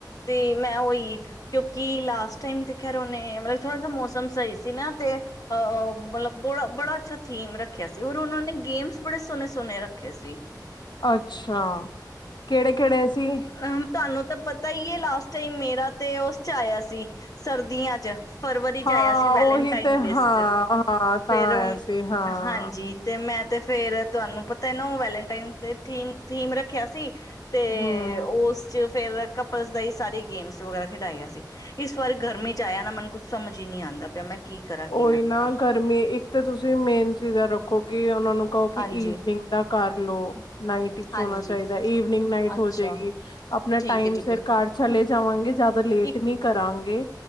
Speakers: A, on the left; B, on the left.
A: ਤੇ ਮੈਂ ਉਹੀ ਕਿਉਂਕਿ ਲਾਸਟ ਟਾਈਮ ਤੇ ਖੈਰ ਉਹਨੇ ਮਤਲਬ ਥੋੜਾ ਜਾ ਮੌਸਮ ਸਹੀ ਸੀ ਨਾ ਤੇ ਅਹ ਮਤਲਬ ਬ ਬੜਾ ਅੱਛਾ ਥੀਮ ਰੱਖਿਆ ਸੀ ਔਰ ਉਹਨਾਂ ਨੇ ਗੇਮਸ ਬੜੇ ਸੋਹਣੇ ਸੋਹਣੇ ਰੱਖੇ ਸੀ।
B: ਅੱਛਾ ਕਿਹੜੇ ਕਿਹੜੇ ਸੀ?
A: ਰਾਮ ਤੁਹਾਨੂੰ ਤੇ ਪਤਾ ਹੀ ਹੈ, ਲਾਸਟ ਟਾਈਮ ਮੇਰਾ ਤੇ ਉਸ ਚ ਆਇਆ ਸੀ ਸਰਦੀਆਂ ਚ। ਫਰਵਰੀ ਚ
B: ਹਾਂ
A: ਆਇਆ ਸੀ ਵੈਲੇਨਟਾਈਨ
B: ਉਹੀ ਤੇ
A: ਡੇਸ
B: ਹਾਂ-ਹਾਂ
A: ਚ ਫਿਰ
B: ਤਾਂ ਆਇਆ ਸੀ ਹਾਂ
A: ਹਾਂਜੀ ਤੇ ਮੈਂ ਤੇ ਫੇਰ ਤੁਹਾਨੂੰ ਪਤਾ ਨਾ ਉਹ ਵੈਲੇਟਾਈਨ ਥੀਮ ਥੀਮ ਰੱਖਿਆ ਸੀ। ਤੇ
B: ਹਮ
A: ਉਸ ਫੇਰ ਕਪਲਸ ਦਾ ਹੀ ਸਾਰੀ ਗੇਮਸ ਵਗੈਰਾ ਖਿਡਾਇਆ ਸੀ। ਇਸ ਵਾਰੀ ਗਰਮੀ ਚ ਆਇਆ ਨਾ ਮੈਨੂੰ ਕੁਛ ਸਮਝ ਹੀ ਨਹੀਂ ਆਉਂਦਾ ਪਿਆ ਮੈਂ ਕੀ ਕਰਾਂ ਕੀ
B: ਉਹੀ ਨਾ
A: ਕਰਾਂ
B: ਗਰਮੀ ਇੱਕ ਤਾਂ ਤੁਸੀਂ ਮੇਨ ਚੀਜ਼ਾਂ ਰੱਖੋ ਕਿ ਉਹਨਾਂ ਨੂੰ ਕਹੋ ਕਿ
A: ਹਾਂਜੀ
B: ਈਵਨਿੰਗ ਦਾ ਕਰ ਲਓ ਨਾਈਟ ਵਿਚ
A: ਹਾਂਜੀ
B: ਹੋਣਾ ਚਾਹੀਦਾ ਈਵਨਿੰਗ ਨਾਈਟ
A: ਅੱਛਾ
B: ਹੋ ਜਾਏਗੀ। ਆਪਣਾ
A: ਠੀਕ
B: ਟਾਈਮ
A: ਹੈ ਠੀਕ
B: ਸਿਰ
A: ਹੈ
B: ਘਰ ਚਲੇ ਜਾਵਾਂਗੇ ਜਿਆਦਾ ਲੇਟ
A: ਇੱਕ
B: ਨੀ ਕਰਾਂਗੇ।